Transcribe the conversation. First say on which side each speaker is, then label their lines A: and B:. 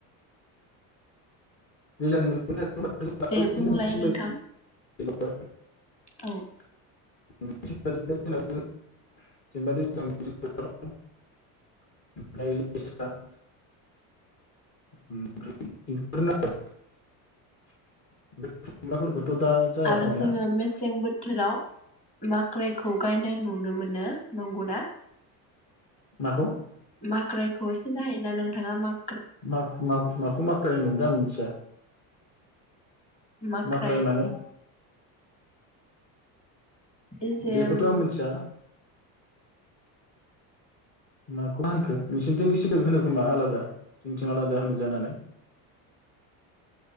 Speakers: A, on the left; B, on the left.
A: <unintelligible>
B: दे बुंलाय नोंथां
A: <unintelligible>
B: औ-औ-औ
A: <unintelligible> <unintelligible> <unintelligible> <unintelligible> जाया
B: आरो
A: खोमाना
B: जोङो मेसें बोथोराव माख्रायखौ गायनाय नुनो मोनो नंगौना
A: माखौ
B: माख्रायखौ एसे नाय नना नोंथाङा मा
A: माखौ माख्र होनदों दां आं मिथिया
B: माख्राय
A: माखाय माने
B: एजेम
A: बेखौथ' आं मिथिया माखौ होनखो नोंसिथिंनि सिबिेल होनो खोमा आलादा जोंथिं आलादा होनो जानानै